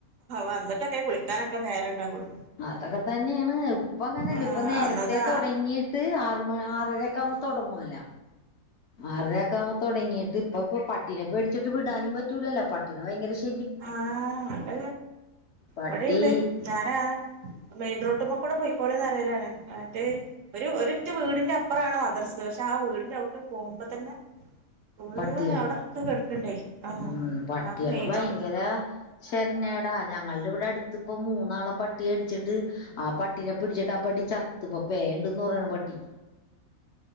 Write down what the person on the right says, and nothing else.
വന്നിട്ടൊക്കെ കുളിക്കാനൊക്കെ നേര <unintelligible>
ആഹ്
അന്നത്തെ
ആ <unintelligible>
ഇവടെണ്ട് ഞാനാ ആ മെയിൻ റോഡ്ക്ക്‌ കൂടെ പോയിക്കോളിന്ന് പറയലാണ് എന്നിട്ട് ഒരു ഒരു ഒറ്റ വീടിന്റെ അപ്പറാണ് മദ്രസ പക്ഷെ ആ വീടിന്റെ അവിടേക്കെ പോകുമ്പോ തന്ന ഫുള്ള്
അവിടെക്കെ കെടുക്കണ്ടേ ആ
<unintelligible>